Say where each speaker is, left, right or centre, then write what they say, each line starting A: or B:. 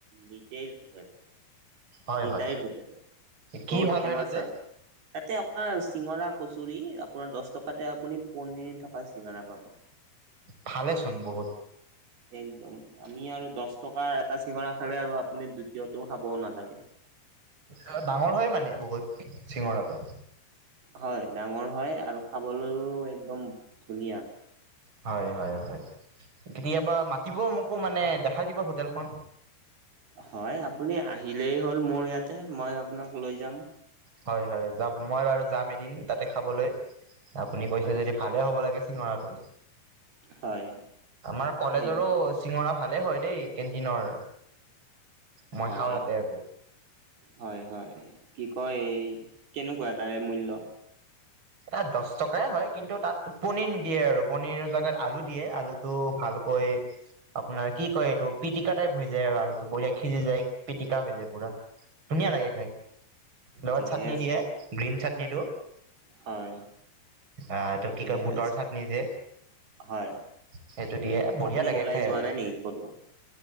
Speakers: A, on the right; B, on the right.
A: নিতেল হোটেল।
B: হয়
A: নিতাইৰ
B: হয়
A: হোটেল
B: কি
A: বহুত
B: ভাল
A: ফেমাচ
B: হয় তাতে?
A: আৰু। তাতে আপোনাৰ চিঙৰা কচুৰি আপোনাৰ দছ টকাতে আপুনি পনিৰ থকা চিঙৰা পাব।
B: ভালেচোন বহুত।
A: একদম, আমি আৰু দছ টকাৰ এটা চিঙৰা খালে আৰু আপুনি দ্বিতীয়টো খাবও নালাগে।
B: হা ডাঙৰ হয় মানে বহুত চিঙৰাটো।
A: হয় ডাঙৰ হয়, আৰু খাবলৈও একদম ধুনীয়া।
B: হয় হয় হয়, কেতিয়াবা মাতিব মোকো মানে দেখাই দিব হোটেলখন।
A: হয়, আপুনি আহিলেই হ'ল মোৰ ইয়াতে মই আপোনাক লৈ যাম।
B: হয় হয় যাম। মই বাৰু যাম এদিন তাতে খাবলৈ আপুনি
A: হয়
B: কৈছে যদি- ভালে হ'ব লাগে চিঙৰাটো,
A: হয়
B: আমাৰ কলেজৰো
A: আহিব
B: চিঙৰা ভালে হয় দেই কেণ্টিনৰ মই
A: হয়
B: খাওঁ তাতে আকৌ
A: হয় হয় কি কয় এই কেনেকুৱা তাৰে মূল্য।
B: ইয়াত দহ টকাই হয় কিন্তু তাত পনীৰ নিদিয়ে আৰু পনিৰৰ জেগাত আলু দিয়ে আলু টো ভালকৈ আপোনাৰ কি কয় এইটো পিটিকা টাইপ হৈ যায় আৰু আলুটো বঢ়িয়া সিজি যায় পিটিকা হৈ যায় পুৰা ধুনীয়া লাগে খাই লগত
A: ঠিকে
B: চাটনি
A: আছে
B: দিয়ে গ্ৰীণ চাটনিটো।
A: হয়।
B: অহ তই কি
A: ঠিকে
B: কয় বুটৰ
A: আছে
B: চাটনি যে।
A: হয়।
B: সেইটো দিয়ে বঢ়িয়া
A: আপুনি
B: লাগে
A: ওলাই
B: খাই
A: যোৱা
B: আৰু,
A: নাই নেকি ক'তো?